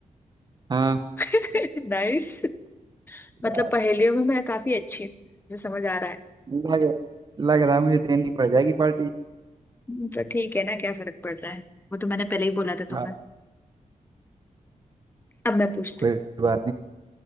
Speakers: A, on the right; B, on the left.
A: हाँ
B: <laughs> नाइस मतलब
A: यार
B: पहेलियों में मैं काफी अच्छी हूँ मुझे समझ आ रहा है
A: लग रहा लग रहा है मुझे देनी पड़ जाएगी पार्टी
B: हम्म, तो ठीक है ना क्या फर्क पड़ रहा है वो तो मैंने पहले ही बोला था
A: हाँ
B: तुम्हें अब मैं पूछती
A: कोई
B: हूँ
A: बात नहीं